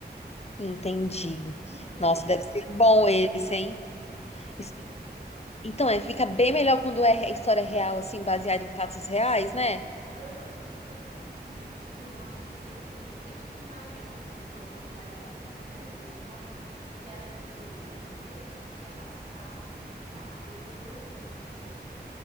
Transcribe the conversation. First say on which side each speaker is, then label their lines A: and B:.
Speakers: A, on the left; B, on the right.
A: Entendi.
B: e tem
A: Nossa,
B: a história
A: deve ser bom
B: real.
A: esse, hein?
B: É muito
A: Esse-
B: bom.
A: Então, é, fica bem melhor quando é história real, assim, baseada em fatos reais, né?
B: Aham, é muito. E eu gosto que sempre tem muito. É tipo uma Guerra dos Tronos lá, e sempre tem muita reviravolta. E ela é muito inteligente e ela sabe lutar. Eu amo isso.